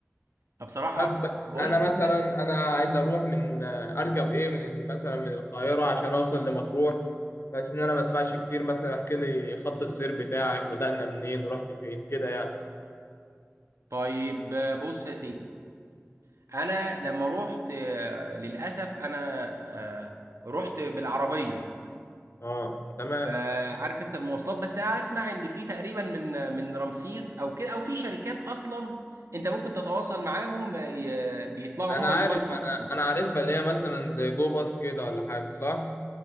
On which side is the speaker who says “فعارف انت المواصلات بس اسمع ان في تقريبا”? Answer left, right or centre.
Right